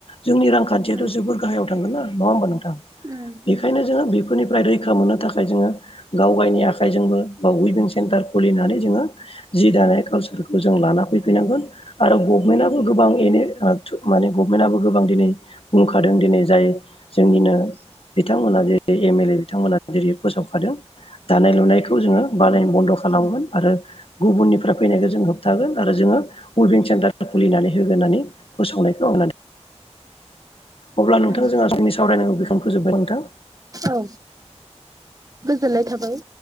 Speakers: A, on the left; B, on the right.
A: जोंनि रांखान्थियाथ'
B: उम
A: जोबोर गाहायाव थांगोन ना नङा होमबा नोंथां
B: उम
A: बेखायनो जोङो फोरनिफ्राय रैखा मोननो थाखाय जोङो गाव गायनि आखाइजोंबो बा उइबिं सेन्टार खुलिनानै जोङो जि दानाय कालसारखौ जों लाना फैफैनांगोन आरो गभनमेन्टबो गोबां एन <unintelligible> माने गभनमेन्टआबो गोबां दिनै बुंखादों दिनै जाय जोंनिनो बिथांमोना जेरै एम एल ए बिथांमोना जेरै फोसावखादों दानाय लुनायखौ बे जोङो बानायनो
B: उम
A: बन्द' खा मोन आ गुबुननिफ्राय फैनायखौ जों होबथागोन आरो जोङो वेभिं सेन्टार खुलिनानै होगोन होननानै फोसावनायखौ आं माने अब्ला नोंथां
B: उम
A: जोंहा जोंनि सावरायनायखो फोजोबबाय नोंथां
B: औ गोजोननाय थाबाय